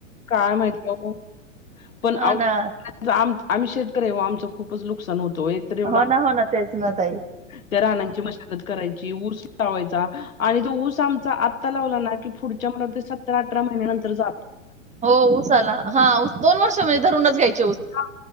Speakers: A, on the left; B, on the right.
A: काय माहिती आहे पण
B: हो ना
A: म आम्ही शेतकरी हे ओ आमच खूपच नुक सान होतो एक तर एवढा
B: हो ना हो ना तेच ना ताई
A: त्या रानांची मशागत करायची ऊस लावाचा आणि तो ऊस आमचा, आता लावला ना की पुढच्या महिना सतरा अठरा महिन्यांतर जा
B: हो उसाला, हा दोन वर्ष म्हणजे धरुूनच घ्यायची.
A: ह